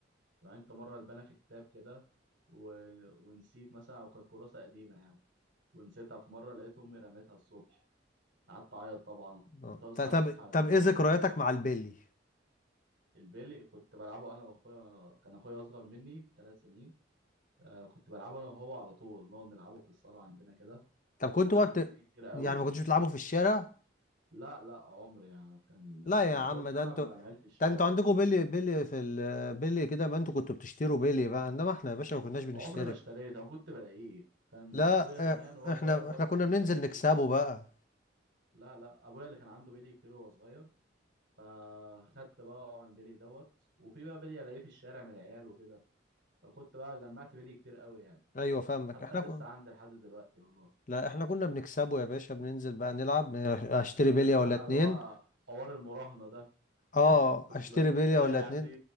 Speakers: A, on the right (about 70°); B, on the left (about 45°).
A: وعندت مره البانه في كتاب كده و... ونسيت مثلا او كانت كراسه قديمه يعني ونسيتها في مره لقيت امي رميتها الصبح قعدت اعيط طبعا كنت
B: اه
A: طالع الساعه
B: ط-
A: الصبح
B: طب
A: اغملها
B: طب ايه ذكرياتك
A: تاني
B: مع البيلي
A: البيلي كنت بلعبه انا واخويا وانا كان اخويا اصغر مني ثلاث سنين آه كنت بلعبه انا وهو على طول نقعد نلعبه في الصاله عندنا كده
B: طب كنت
A: كان
B: وقت
A: عندي بيلي كتير قوي
B: يعني ما كنتوش بتلعبوا في الشارع
A: لا لا عمري يعني كان
B: لا
A: ما
B: يا عم
A: حاولتش
B: ده
A: العب
B: انتوا
A: مع العيال في الشارع
B: ده انتوا
A: وكده
B: عندكم بيلي بيلي في ال بيلي كده ما انتوا كنتوا بتشتروا بيلي بقى انما احنا يا باشا ما كناش بنشتري
A: عمري ما اشتريت انا كنت بلاقيه كان
B: لا
A: ابويا زمان
B: اه،
A: وهو
B: احنا
A: صغير هو
B: احنا
A: اللي
B: كنا
A: كان عنده
B: بننزل
A: بيلي كتير
B: نكسبه بقى
A: لا لا ابويا اللي كان عنده بيلي كتير وهو صغير فخدت بقى من بيلي دوت وفي بقى بيلي الاقيه في الشارع من العيال وكده فكنت بقى جمعت بيلي كتير قوي يعني
B: ايوه فاهمك
A: حتى
B: احنا
A: لسه
B: كنا
A: عندي لحد دلوقتي والله
B: لا احنا كنا بنكسبه يا باشا بننزل بقى نلعب اشتري
A: عارف
B: بليه ولا
A: انا
B: اتنين
A: اللي هو حوار المراهنة ده
B: اه
A: <laughs> كنت
B: اشتري
A: ب-
B: بليه
A: بلاقي
B: ولا
A: العيال
B: اتنين
A: دي